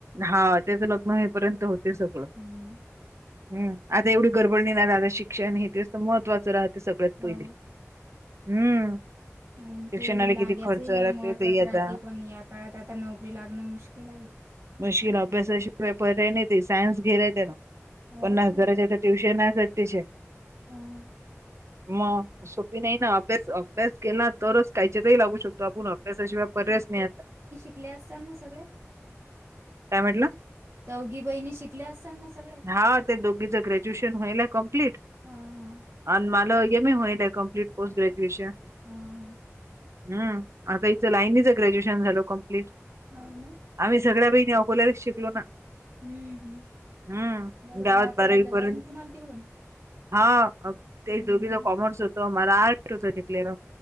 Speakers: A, on the right; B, on the right.
A: हा त्याचं लग्न होईपर्यंत होते सगळं...
B: हम्म
A: हम् आता एवढी गडबडणी नाही दादा शिक्षण हे ते असत महत्त्वाचं राहते सगळ्यात पहिले...
B: हो
A: हम्म
B: अ
A: शिक्षणाला
B: ते लागयाचही
A: किती खर्च लागते
B: लय महत्त्वाचं
A: ते आता
B: राहते पण यात... काळात आता नोकरी लागणं मुश्किल आहे बाई...
A: मशिन अभ्यासाची पेपर नाही ते सायन्स घेतलाय त्या ना पन्नास
B: हो काय
A: हजाराच्या.... ट्यूशन सत्यचे....
B: हम्म....
A: मग सोपी नाही ना अभ्यास अभ्यास केला तरच.... कायच्या तरही लागू शकतो आपण अभ्यासशिवाय पर्याय च नाही आता....
B: इथल्या असताात ना सगळे....
A: काय म्हटलं....
B: चौघी बहिणी शिकल्या असाल ना सगळ्या?
A: हा ते दोघीच ग्रॅजुएशन होईल कम्प्लीट....
B: हा हा....
A: आणि मला एम ए होईल कंमप्लीट पोस्ट ग्रॅज्युएशन....
B: हां.....
A: हम् आता इथं लाईनीचं ग्रॅज्युएशन झालं कम्प्लीट.....
B: हो ना.....
A: आम्ही सगळ्या बहिणी अकोल्याला च शिकलो ना.....
B: हम्म हम्म
A: हम्म
B: बरोबर
A: गावात
B: आहे अकोला
A: बारावीपर्यंत...
B: जवळ आहे ना तुम्हाला तिकडून?
A: हा ते
B: हम्म
A: दोघीचा कॉमर्स होत मला आर्ट्स होत जला...